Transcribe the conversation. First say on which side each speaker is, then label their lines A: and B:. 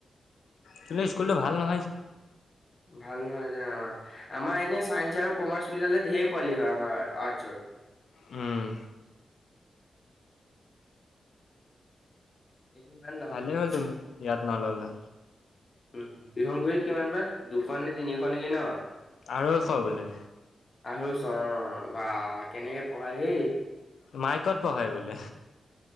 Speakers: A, on the left; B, on the left.
A: সেইবিলাক স্কুলটো ভাল নহয়।
B: ভাল নহয় যে অ'। আমাৰ এনে ছাইন্স আৰু কমাৰ্চ মিলালে ধেৰ পোৱালি হয় আমাৰ আৰ্টছৰ।
A: উম।
B: ইমান নহয়,
A: ভালেই হ'ল তুমি ইয়াত নল'লা।
B: উম। বিহগুৰিত কিমান বা দুশ নে তিনিশ নেকি ন?
A: আঢ়ৈশ বোলে।
B: আঢ়ৈশ অ'। বা কেনেকে পঢ়াই হেই।
A: মাইকত পঢ়াই বোলে।